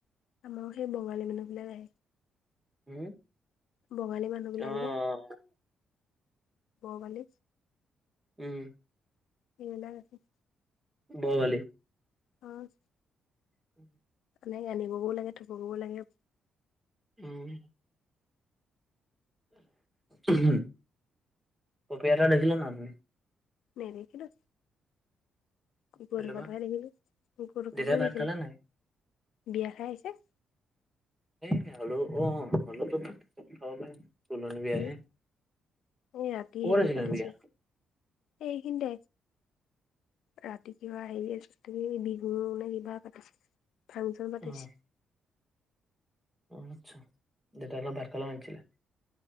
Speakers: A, on the left; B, on the right.
A: আমাৰো সেই বঙালী মানুহবিলাক আহে।
B: <inaudible>
A: বঙালী মানুহ বিলাক
B: অ',
A: যে বঙালী
B: উম।
A: ব্ৰইলাৰ ৰাখিম।
B: <unintelligible>
A: অ'
B: <inaudible>
A: এনেকে আনিবগৈ লাগে থ'বগৈ লাগে
B: উম। উম, হু কপি এটা দেখিলে নাই উঠনি?
A: নেদেখিলোঁ। কুকুৰ
B: কেলেবা
A: কন্ধাই দেখিলো কুকুৰ
B: দেউতাই
A: কন্দাই
B: ভাত
A: দেখিলো।
B: খালে নাই?
A: বিয়া খাই আহিছে।
B: আৰু অ, অলপটো খাব পাৰিম। তুলনী বিয়াহে,
A: হেৰি এই ৰাতি
B: ক'ত
A: হেৰি
B: আছিলে
A: পাতিছে
B: বিয়া?
A: এইখিনিতে ৰাতি কিবা হেৰি <unintelligible> তুমি বিহু নে কিবা পাতিছে। ফাংচন পাতিছে।
B: অ', অ', আচ্ছা দেউতাকে ভাত খাব মাতিছিলে।